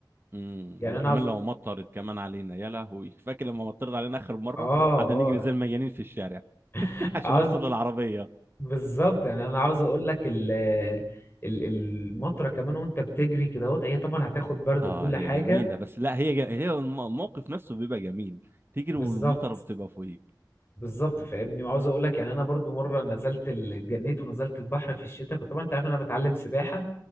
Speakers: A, on the right; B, on the left.
A: امم
B: يعني
A: وكمان
B: انا عاوز
A: لو مطرت كمان علينا يا لهوي فاكر لما مطرت علينا اخر مره
B: اه
A: قعدنا
B: اه
A: نجري زي المجانين في الشارع
B: <laughs>
A: <laughs> عشان
B: عاوز
A: نوصل للعربيه
B: بالظبط يعني انا عاوز اقول لك ال ال- المطره كمان وانت بتجري كده اهوت هي طبعا هتاخد برد
A: اه
B: وكل
A: هي
B: حاجه
A: جميله بس لا هي ج... هي الم- الموقف نفسه بيبقى جميل تجري
B: بالظبط
A: والمطره بتبقى فوقيك
B: بالظبط فاهمني وعاوز اقول لك يعني انا برضو مره نزلت ال- اتجنيت ونزلت البحر في الشتاء كنت طبعا انت عارف ان انا بتعلم سباحه